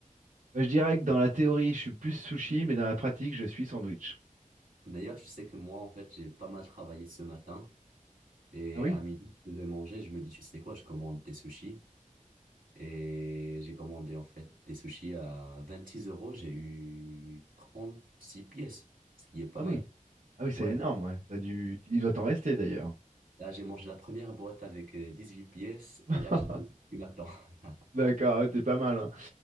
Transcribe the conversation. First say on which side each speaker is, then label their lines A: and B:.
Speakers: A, on the right (about 70°); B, on the right (about 85°).
A: Bah, je dirais que dans la théorie, je suis plus sushi, mais dans la pratique, je suis sandwich.
B: D'ailleurs, tu sais que moi, en fait, j'ai pas mal travaillé ce matin et
A: Ah oui?
B: à midi, je devais manger. Je me dis, tu sais quoi, je commande des sushis et j'ai commandé en fait des sushis à 26 euros. J'ai eu 36 pièces, ce qui est pas
A: Ah
B: mal.
A: oui. Ah oui, c'est
B: Ouais.
A: énorme, ouais. T'as dû... Il doit t'en rester d'ailleurs.
B: Là, j'ai mangé la première boîte avec euh, huit pièces
A: <laughs>
B: et là, je la mange du matin. <laughs>
A: D'accord, ouais, t'es pas mal, hein.